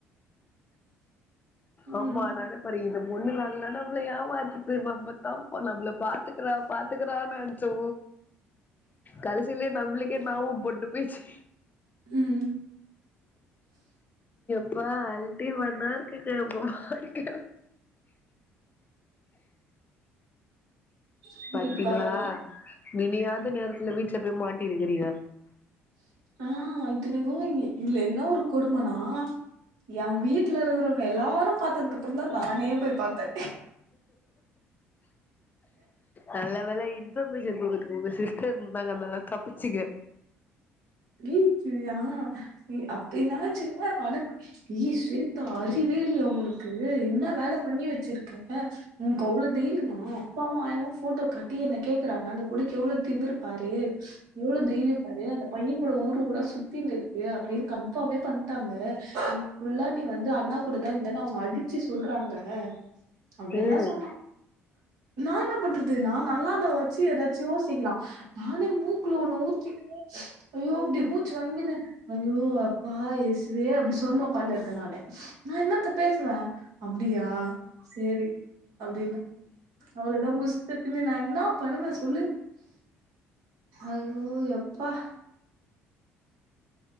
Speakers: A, on the right; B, on the left.
A: ம்
B: ஆமா நெனைப் பாரு இந்த பொண்ணு நல்லா நம்மள ஏமாத்துத்து நம்ம தாம்ப்பா நம்மள பாத்துக்கிறா பாத்துக்கிறான்னு நெனச்சோ கடசிலயே நம்பளுக்கே நாமம் போட்டு போய்ச்சு
A: ம்
B: இப்ப அல்ட்டி மேட்டா இருக்குங்க உங்க வாழ்க்கை
A: சிரிப்பாவது
B: பாத்தீங்ளா நினையாத நேரத்துல வீட்ல போயி மாட்டின்னு இருக்கறீங்க
A: ஆ இத்திநிக்கும் இதுல என்னா ஒரு கொடுமனா என் வீட்ல இருக்கறவங்க எல்லாரும் பாத்ததுக்கு அப்புறந் தா நானே போய் பாத்தே
B: நல்ல வேல இன்பர்மேஷன் போங்கத்து போங்கச்சி வீட்ல இருந்தாங்க அதனால தப்பிச்சிங்க
A: வீட்லயா அப்ப என்னாச்சுல்ல ஆனா ஏ ஸ்வேதா அறிவே இல்லையா உனக்கு என்ன வேல பண்ணி வச்சிருக்க உனக்கு அவ்ளோ தைரியமா அப்பாவு ஆயாவு ஃபோட்டோ காட் டி என்ன கேக்குறாங்க அந்த பொண்ணுக்கு எவ்ளோ திமுரு பாரு எவ்ளோ தைரியம் பாரு அந்த பையன் கூட ஊர் ஊரா சுத்தினு இருக்கு அப்படின்னு கன்ஃபாமே பண்ட்டாங்க ஃபுல்லா நீ வந்து அண்ணா கூடதா இருந்தான்னு அவுங்க அடிச்சு சொல்றாங்க அப்படின்னு
B: ம்
A: தா சொன்ன நா என்ன பண் றது நா நல்லா இருந்தா வாச்சு ஏதாச்சு யோசிக்கலா நானே மூக்குல ஒண்ணு ஊத்திக்கின்னு ஐய்யோ இப்படி மூச்சு வாங்கினு ஐய்யோ அப்பா ஏசுவே அப்டி சொல்னு உக்காண்டு இருக்கே நானு நா என்னத்த பேசுவே அப்டியா சேரி அப்டின்னா அவ்ளோதா புஸ் த பின்னநா என்னா பண்ணுவே சொல்லு அதுவூ எப்பா